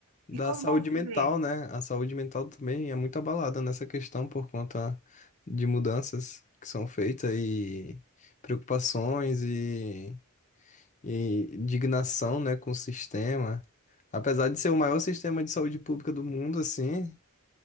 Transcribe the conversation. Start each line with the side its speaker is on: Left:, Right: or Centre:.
Left: da
Right: E como
Left: saúde
Right: vão viver?
Left: mental, né? A saúde mental também é muito abalada nessa questão por conta de mudanças que são feitas e preocupações e, e indignação, né, com o sistema. Apesar de ser o maior sistema de saúde pública do mundo, assim,